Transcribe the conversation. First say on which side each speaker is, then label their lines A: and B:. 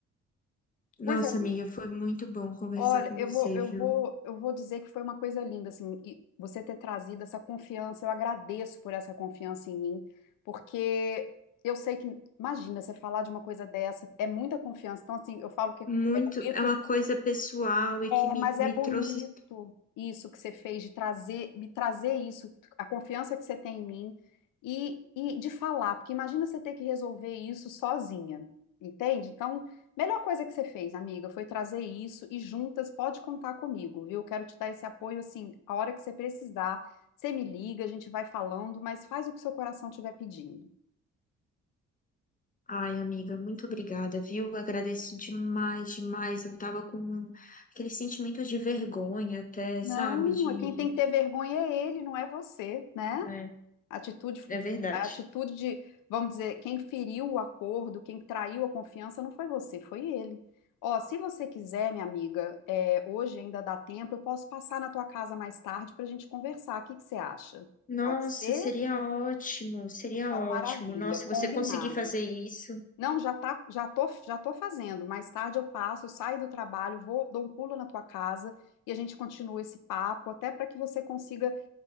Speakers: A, on the left; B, on the left.
A: Nossa,
B: Coisa
A: amiga, foi muito bom conversar
B: Olha,
A: com
B: eu
A: você,
B: vou, eu
A: viu?
B: vou, eu vou dizer que foi uma coisa linda, assim, e você ter trazido essa confiança. Eu agradeço por essa confiança em mim, porque eu sei que, imagina, você falar de uma coisa dessa, é muita confiança. Então, assim, eu falo que
A: Muito,
B: é bonito,
A: é uma coisa pessoal e que me,
B: é, mas
A: me
B: é bonito
A: trouxe
B: isso que você fez de trazer, me trazer isso, a confiança que você tem em mim e, e de falar, porque imagina você ter que resolver isso sozinha, entende? Então, melhor coisa que você fez, amiga, foi trazer isso e juntas pode contar comigo, viu? Quero te dar esse apoio assim, a hora que você precisar, você me liga, a gente vai falando, mas faz o que seu coração estiver pedindo.
A: Ai, amiga, muito obrigada, viu? Agradeço demais, demais. Eu tava com aquele sentimento de vergonha até,
B: Não,
A: sabe? De...
B: quem tem que ter vergonha é ele, não é você, né?
A: É,
B: A atitude,
A: é verdade.
B: a atitude de, vamos dizer, quem feriu o acordo, quem traiu a confiança, não foi você, foi ele. Ó, se você quiser, minha amiga, é, hoje ainda dá tempo, eu posso passar na tua casa mais tarde para a gente conversar. O que que você acha?
A: Nossa,
B: Pode ser?
A: seria ótimo, seria
B: Então,
A: ótimo.
B: maravilha,
A: Nossa,
B: combinado.
A: você conseguir fazer isso.
B: Não, já tá, já tô, já tô fazendo. Mais tarde eu passo, eu saio do trabalho, vou, dou um pulo na tua casa e a gente continua esse papo, até para que você consiga